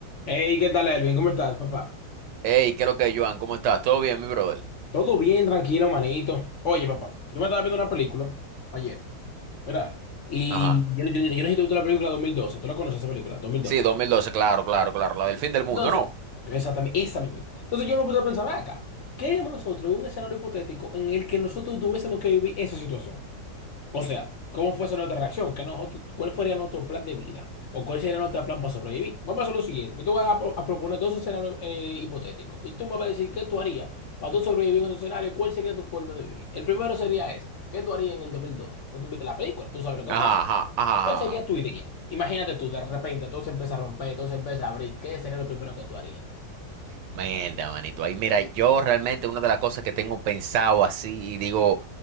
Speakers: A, on the left (about 60°); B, on the right (about 85°).
A: Hey, ¿qué tal, Elvin? ¿Cómo estás, papá?
B: Hey, ¿qué es lo que es, Joan? ¿Cómo estás? ¿Todo bien, mi brother?
A: Todo bien, tranquilo, manito. Oye, papá, yo me estaba viendo una película ayer, ¿verdad? Y
B: Ajá.
A: yo, yo, yo necesito ver la película 2012. ¿Tú la conoces esa película? dos mil doce.
B: Sí, 2012, claro, claro, claro. La del fin del mundo,
A: Entonces,
B: ¿no?
A: exactamente, esa misma. Entonces yo me puse a pensar, "Ven acá, ¿qué haríamos nosotros en un escenario hipotético en el que nosotros tuviésemos que vivir esa situación? O sea, ¿cómo fuese nuestra reacción? ¿Qué nosotros, cuál sería nuestro plan de vida? ¿O cuál sería nuestro plan para sobrevivir? Vamos a hacer lo siguiente. Yo te voy a, pro- a proponer dos escenarios eh, hipotéticos. Y tú me vas a decir qué tú harías para tú sobrevivir en esos escenarios. ¿Cuál sería tu forma de vivir? El primero sería ese. ¿Qué tú harías en el 2012? O sea, tú viste la película, tú sabes lo que
B: Ajá,
A: pasa.
B: ajá, ajá,
A: ¿Cuál sería
B: ajá.
A: tu idea? Imagínate tú, de repente todo se empieza a romper, todo se empieza a abrir. ¿Qué sería lo primero que tú harías?
B: Mierda, manito. Ahí, mira, yo realmente una de las cosas que tengo pensado así y digo,